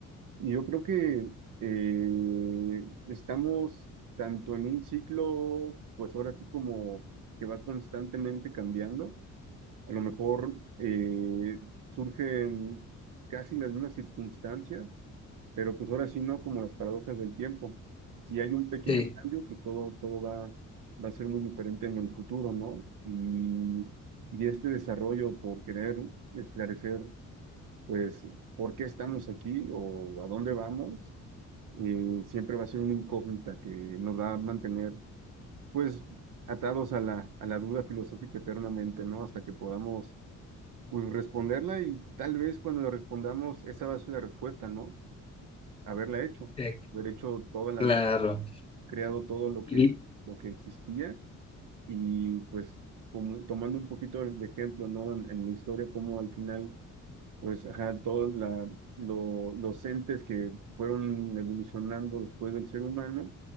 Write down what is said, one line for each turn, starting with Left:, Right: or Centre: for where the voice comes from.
Right: y yo creo que eh, estamos tanto en un ciclo, pues ahora sí como que va constantemente cambiando a lo mejor eh, surgen casi las mismas circunstancias, pero pues ahora sí no como las paradojas del tiempo. Si hay un pequeño
Left: Sí,
Right: cambio, pues todo, todo va, va a ser muy diferente en el futuro, ¿no? Y, y este desarrollo por querer esclarecer, pues, por qué estamos aquí o a dónde vamos, eh, siempre va a ser una incógnita que nos va a mantener, pues, atados a la, a la duda filosófica eternamente, ¿no? Hasta que podamos pues responderla y tal vez cuando la respondamos, esa va a ser la respuesta, ¿no? Haberla hecho,
Left: eh,
Right: haber hecho toda la
Left: claro.
Right: vida, creado todo lo que,
Left: Y
Right: lo que existía y pues como, tomando un poquito de ejemplo, ¿no? En, en mi historia, como al final pues, ajá, todos la- lo- los entes que fueron evolucionando después del ser humano